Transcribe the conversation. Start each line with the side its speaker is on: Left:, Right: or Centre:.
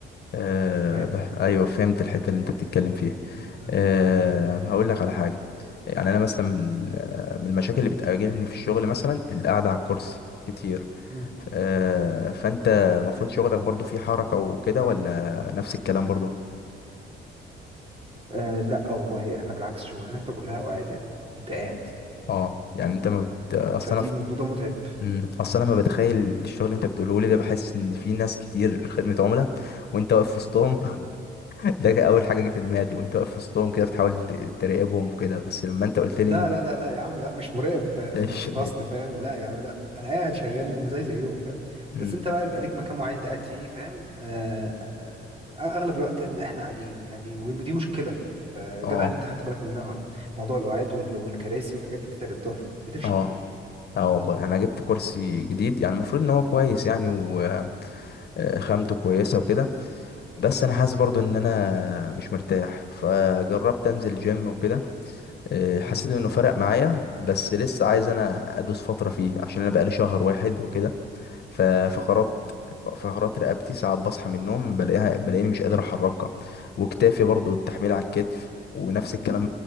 Left: آه
Right: فاهم
Left: بح... ايوه فهمت الحته اللي انت بتتكلم فيها
Right: مم، مم،
Left: آه
Right: مم،
Left: هقول لك على حاجه يعني انا مثلا من آه، من المشاكل اللي بتقابلني في الشغل مثلا القعده على الكرسي كتير
Right: مم.
Left: آه فانت المفروض شغلك برضو فيه حركه وكده ولا نفس الكلام برضو
Right: آه لا والله احنا بالعكس شغلانتنا كلها قعاد يعني انت قاعد
Left: اه يعني انت ما بت... اصل
Right: فدي
Left: انا في...
Right: موضوع متعب
Left: مم، اصل انا ما بتخيل الشغل اللي انت بتقوله لي ده بحس ان في ناس كتير خدمه عملاء وانت واقف في وسطهم <laughs> ده كان اول حاجه جه في دماغي وانت واقف في وسطهم كده بتحاول تراقبهم كده بس لما انت قلت
Right: لا
Left: لي ان
Right: لا لا لا يا عم لا مش مراقب في
Left: ايش
Right: في- في فصل فاهم لا يا عم لا انا قاعد شغال زي زيهم فاهم
Left: مم.
Right: بس انت بقى بيبقى ليك مكان معين انت قاعد فيه فاهم آه آه، آه، اغلب الوقت إن احنا قاعدين يعني ودي مشكله فجدع
Left: اه
Right: ان انت خدت بالك منها اه موضوع القعاد وال- والكراسي والحاجات دي بتتعب الظهر بتفشخ
Left: اه
Right: الظهر
Left: اه والله انا جبت كرسي جديد يعني المفروض ان هو كويس يعني و آه، خامته كويسه وكده بس انا حاسس برضو ان انا مش مرتاح فجربت انزل جيم وكده آه، حسيت
Right: مم.
Left: انه فرق معايا بس لسه عايز انا ادوس فتره فيه عشان انا بقالي شهر واحد وكده ف- فقرات فقرات رقبتي ساعات بصحى من النوم بلاقيها بلاقيني مش قادر احركها وكتافي برضو التحميل على الكتف ونفس الكلام